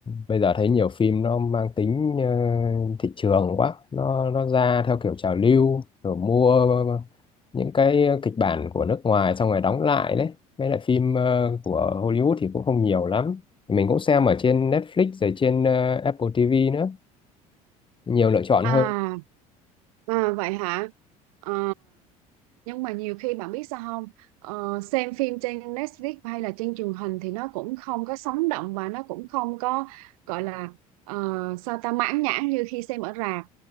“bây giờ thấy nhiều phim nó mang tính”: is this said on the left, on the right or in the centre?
Left